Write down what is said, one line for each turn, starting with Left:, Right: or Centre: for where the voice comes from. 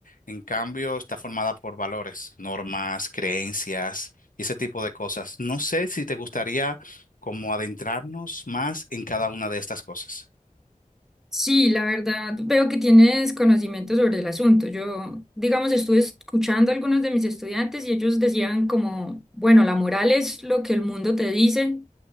Left: en cambio, está formada por valores, normas, creencias y ese tipo de cosas. No sé si te gustaría como adentrarnos más en cada una de estas cosas.
Centre: Sí, la verdad, veo que tienes conocimiento sobre el asunto. Yo, digamos, estuve escuchando a algunos de mis estudiantes y ellos decían como, bueno, la moral es lo que el mundo te dice,